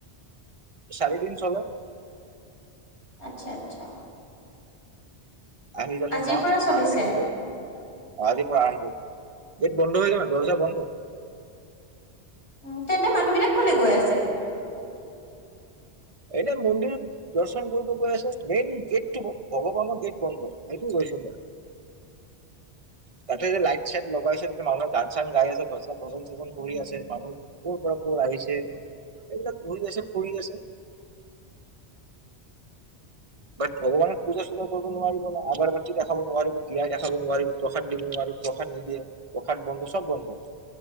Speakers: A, on the right; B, on the left.
A: চাৰিদিন চলে।
B: আত্চ্ছা আত্চ্ছা।
A: আহি যাব
B: আজিৰ
A: মাও
B: পৰা চলিছে
A: মাৰ থাকিব আজিৰ পৰা আৰম্ভ, গেত বন্ধ হৈ যাব ন দৰ্জা বন্ধ।
B: উ তেনে মানুহবিলাক ক'লে গৈ আছে?
A: এনে মন্দিৰোত দৰ্শন কৰিব গৈ আছে, মেইন গেটটো ভগৱানৰ গেট বন্ধ সেইটো কৈছো মই। তাতে যে লাইট চাইট লগাইছে তেতিয়া মানুহে গান চান আছে ভজ ভজন চজন কৰি আছে, মানুহ ক'ৰ পৰা ক আহিছে, এইবিলাক ঘূৰি আছে ফুৰি আছে। বাট ভগৱানক পূজা চূজা কৰিব নোৱাৰিব ন আগাৰ বাতি দেখাব নোৱাৰিব দিয়াই দেখাব নোৱাৰিব প্ৰসাদ দিব নোৱাৰি প্ৰসাত নিদিয়ে, প্ৰসাত বন্ধ, সব বন্ধ।